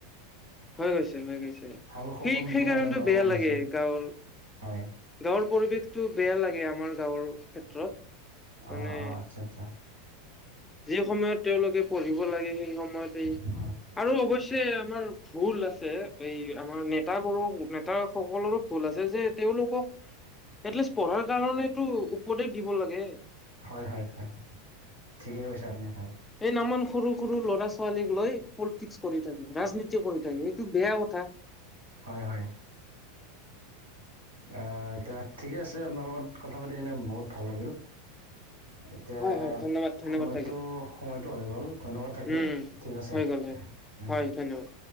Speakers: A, on the left; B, on the right.
A: হৈ গৈছে হৈ গৈছে
B: ভাল সপোনটো
A: সেই সেই কাৰণটো
B: মানে নোহোৱা
A: বেয়া
B: হৈ
A: লাগে
B: গৈছে
A: গাঁৱৰ
B: হয়
A: গাঁৱৰ পৰিৱেশটো বেয়া লাগে আমাৰ গাঁৱৰ ক্ষেত্ৰত মানে
B: অ অ আচ্ছা আচ্ছা
A: যি সময়ত তেওঁলোকে পঢ়িব লাগে সেই সময়তেই
B: অ
A: আৰু অৱশ্যে আমাৰ ভুল আছে এই আমাৰ নেট নেতাবোৰো নেতা সকলোৰো ভুল আছে যে তেওঁলোকক এটলিষ্ট পঢ়াৰ কাৰণেটো উপদেশ দিব লাগে
B: হয় হয় হয় ঠিকেই কৈছে আপুনি হয়
A: এই নামান সৰু সৰু ল'ৰা ছোৱালীক লৈ পলিটিক্স কৰি থাকে ৰাজনীতি কৰি থাকে এইটো বেয়া কথা
B: হয় হয় আহ এতিয়া ঠিকে আছে আপোনাৰ লগত কথা পাতি কিনে বহুত ভাল লাগিল এতিয়া
A: হয় হয় ধন্যবাদ ধন্যবাদ
B: সময়টো
A: থাকিল
B: সময়টো হৈ গ'ল ধন্যবাদ থাকিল
A: উম
B: ঠিক আছে
A: হৈ গ'ল হয়
B: উম
A: হয় ধন্যবাদ